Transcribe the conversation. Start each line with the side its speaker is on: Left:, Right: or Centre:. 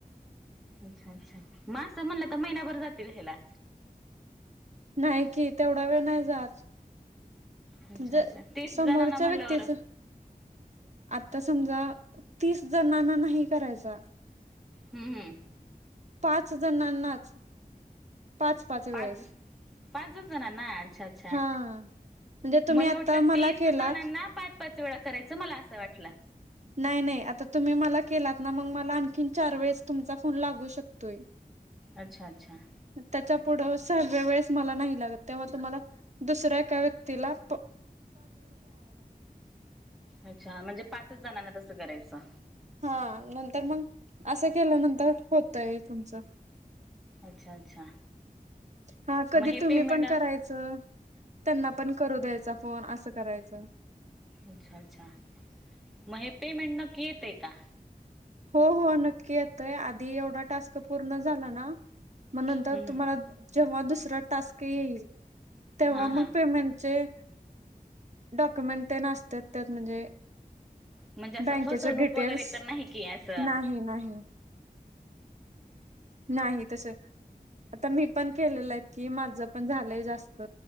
Centre: अच्छा अच्छा म अस म्हणलं तर महिन्याभर जातील ह्याला
Right: नाही कि तेवढा वेळ नाही जाात
Centre: अच्छा
Right: ज
Centre: अच्छा तीस
Right: समोरच्या
Centre: जणांना म्हटल्यावर
Right: व्यक्तीच आत्ता समजा तीस जणांना नाही करायचा
Centre: हम्म हम्म
Right: पाच जणांनाच पाच वेळेस
Centre: पाच पाचच जणांना अच्छा अ. च्छा
Right: हा म्हणजे तुम्ही
Centre: मला
Right: आता
Centre: वाटलं तीस
Right: केलात
Centre: जणांना पाच पाच वेळा करायचं मला असं वाटलं
Right: नाही नाही आता तुम्ही मला केलात ना मग मला आणखीन चार वेळेस तुमचा फोन लागू शकतोय
Centre: अच्छा अच्छा
Right: त्याच्या पुढं सहाव्या वेळेस मला नाही लागत तेव्हा तुम्हाला दुसऱ्या एका व्यक्तीला प्
Centre: अच्छा म्हणजे पाचच जणांना तसं करायचं
Right: हा नंतर मग असं केल्यानंतर होतय तुमचं
Centre: अच्छा अच्छा
Right: हा कधी
Centre: मग हे
Right: तुम्ही
Centre: पेमेंट
Right: पण कराय च त्यांना पण करू द्यायचा फोन असं करायचं
Centre: अच्छा अच्छा मग हे पेमेंट नक्की येतय का
Right: हो हो नक्की येतय आधी एवढा टास्क पूर्ण झाला ना मग नंतर
Centre: हम्म
Right: तुम्हाला
Centre: हम्म.
Right: जेव्हा दुसरा टास्क येईल तेव्हा
Centre: हा हा
Right: मग पेमेंटचे डॉक्युमेंट ते नासत्यात तर म्हणजे
Centre: म्हणजे असं
Right: बँकेचे
Centre: फसवणूक
Right: डिटेल्स
Centre: वगैरे तर नाही की असं
Right: नाही नाही नाही तसं आता मी पण केलेलंत की माझं पण झालंय जास्त